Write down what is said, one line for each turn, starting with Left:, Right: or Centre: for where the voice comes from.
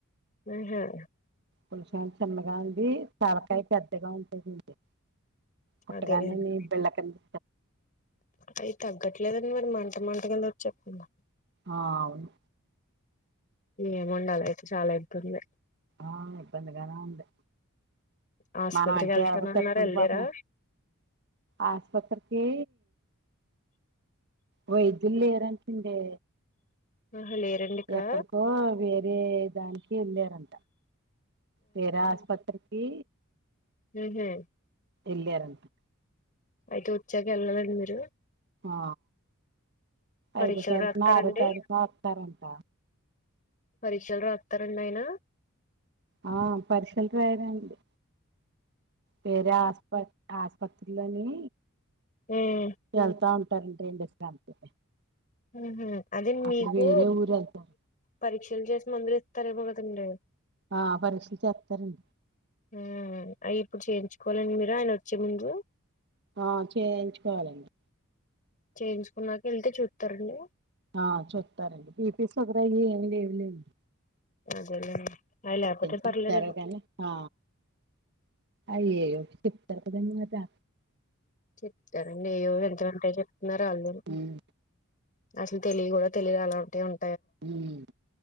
Left: ఏం చేయాలి
Right: పులషేమో చిన్నగా ఉంది తలకాయ పెద్దగా ఉంటాదండి. పుట్టగానే
Left: అదేలేండి
Right: మీ బెళ్ళకంది
Left: అయి తగ్గట్లేదండి మరి మంట మంటగానే వచ్చేత్తోంది.
Right: ఆ అవును
Left: ఏమో అండి అలా అయితే చాలా ఇబ్బంది.
Right: ఆ ఇబ్బందిగానే ఉంది.
Left: ఆసుపత్రికి
Right: మనం అంటే
Left: వెళ్తానన్నారు
Right: ఎలాగో తట్టుకుంటూ
Left: వెళ్ళారా
Right: పోతున్నాము. ఆస్పత్రికి వైద్యులు లేరంటండి.
Left: ఆహా లేరండి ఇక్కడ
Right: ఎక్కడికో వేరే దానికి వెళ్ళారంట. వేరే ఆసుపత్రికి
Left: మ్ హూ
Right: వెళ్ళారంట.
Left: అయితే వచ్చాక వెళ్ళాలండి మీరు?
Right: ఆ
Left: పరీక్షలు
Right: ఐదు తారీకునో,
Left: రాస్తారండి
Right: ఆరు తారీకునో వత్తారంట.
Left: పరీక్షలు రాత్తారండి ఆయన?
Right: ఆ పరీక్షలు రాయరండి వేరే ఆసుపత్రి ఆసుపత్రిలని
Left: ఉమ్
Right: వెళ్తా ఉంటారండి అంతే.
Left: మ్ హూ అదే
Right: అక్కడ
Left: మీకు
Right: వేరే ఊరు వెళ్తారు
Left: పరీక్షలు చేసి మందులు ఇత్తరెమో కదండి.
Right: ఆ పరీక్షలు చెత్తారండి.
Left: మ్ అయి ఇప్పుడు చేయించుకోవాలండి మీరు ఆయన వచ్చే ముందు.
Right: ఆ చేయించుకోవాలండి.
Left: చేయించుకున్నాక వెళ్తే చూస్తారండి.
Right: ఆ చూస్తారండి <unintelligible> ఒకర ఏమి లేదులేండి.
Left: అదేలేండి అయి లేపోతే
Right: చెప్తారో
Left: పర్లేదు.
Right: కానీ ఆ అయ్యేయో చెప్తారు కదండి మరి జా
Left: చెప్తారండి ఇగ <unintelligible> వెంట చెప్తున్నారు అల్లుళ్
Right: ఉమ్
Left: అసలు తెలివి కూడా తెలివి అలా అంటే ఉన్
Right: వ్మ్